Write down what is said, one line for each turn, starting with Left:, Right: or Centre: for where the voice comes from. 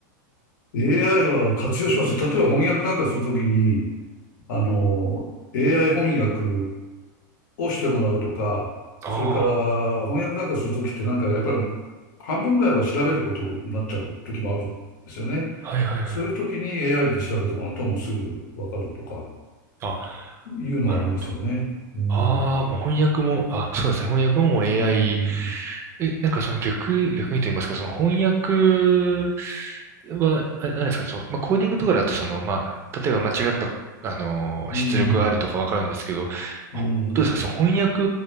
Left: AI は活用します。例えば翻訳なんかするときに、あの、AI 翻訳をしてもらうとか、
Right: あ
Left: それから翻訳なんかするときってなんかやっぱり半分ぐらいは調べることになっちゃうときもあるんですよね。
Right: あー、はいはいはい。
Left: そういうときに AI で調べてもらうともうすぐわかるとか。
Right: あ、
Left: いうのはありますよね。
Right: なるほど。
Left: うん。
Right: ああ、もう翻訳も、あ、そうですね。翻訳ももう AI
Left: うん。
Right: え、なんかその逆、逆にと言いますか、その翻訳は、あれなんですか、その、まあ、コーディングとかだと、その、まあ、例えば間違った、あの出力があるとかわかるんですけど、
Left: うん。
Right: ほどうですか、
Left: うん。
Right: その翻訳